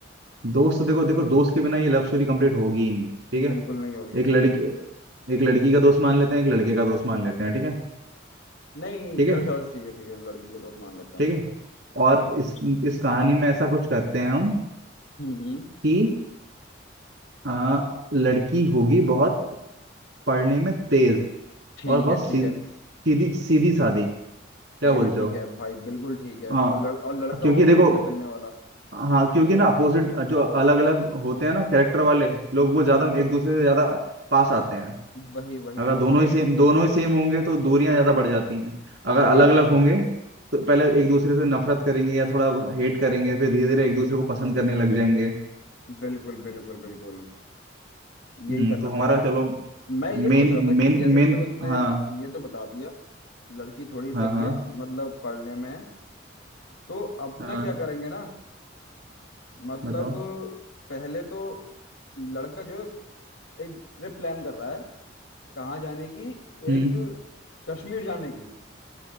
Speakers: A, on the right (about 65°); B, on the left (about 85°).
A: दोस्त तो देखो देखो दोस्त के बिना ये लव स्टोरी कंप्लीट होगी ही नहीं ठीक है
B: बिल्कुल नहीं होगी
A: एक लड़की एक लड़की का दोस्त मान लेते हैं एक लड़के का दोस्त मान लेते हैं ठीक है
B: नहीं
A: ठीक है
B: चलो चलो ठीक है ठीक है लड़की के दोस्त मान लेते हैं
A: ठीक है और
B: हाँ
A: इस इस कहानी में ऐसा कुछ करते हैं हम
B: हम्म हम्म,
A: कि आ, लड़की होगी बहुत पढ़ने में तेज
B: ठीक
A: और बहुत
B: है
A: सी,
B: ठीक है
A: सीधी सीधी सादी क्या
B: ये
A: बोलते
B: भी ठीक
A: हो
B: है भाई बिल्कुल ठीक है और
A: हाँ
B: लड़, और लड़का
A: क्योंकि
B: होगा
A: देखो
B: घूमने फिरने वाला
A: हाँ क्योंकि ना अपोजिट जो अलग अलग होते हैं ना कैरेक्टर वाले लोग वो
B: हाँ
A: ज्यादा
B: हाँ
A: एक दूसरे से ज्यादा पास आते हैं
B: वही वही
A: अगर
B: वही
A: दोनों ही सेम दोनों ही सेम होंगे तो दूरियां ज्यादा बढ़ जाती हैं अगर
B: वही
A: अलग अलग
B: वही
A: होंगे तो पहले एक दूसरे से नफरत करेंगे या थोड़ा हेट करेंगे फिर धीरे धीरे एक दूसरे को पसंद करने लग जाएंगे
B: बिल्कुल बिल्कुल बिल्कुल यही
A: हम्म
B: करना
A: तो हमारा
B: पड़ेगा
A: चलो
B: मैं ये सोच
A: मेन
B: रहा था कि
A: मेन
B: जैसे
A: मेन
B: चलो तुमने
A: हाँ
B: ये तो बता दिया लड़की थोड़ी सही
A: हाँ हाँ
B: है मतलब पढ़ने में है तो अपना
A: हाँ
B: क्या करेंगे ना मतलब
A: बताओ
B: पहले तो लड़का जो है, एक ट्रिप प्लान कर रहा है कहाँ जाने की
A: हम्म
B: एक कश्मीर जाने की